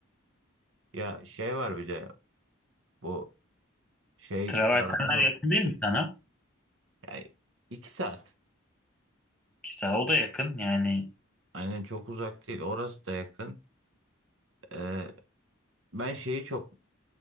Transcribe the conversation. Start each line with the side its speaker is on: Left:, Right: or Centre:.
Right: Ya şey var bir de bu şey
Centre: Travertenler
Right: tarafını
Centre: yakın değil mi sana?
Right: yani iki saat.
Centre: Ki sana o da yakın yani
Right: Aynen çok uzak değil. Orası da yakın. Ee, ben şeyi çok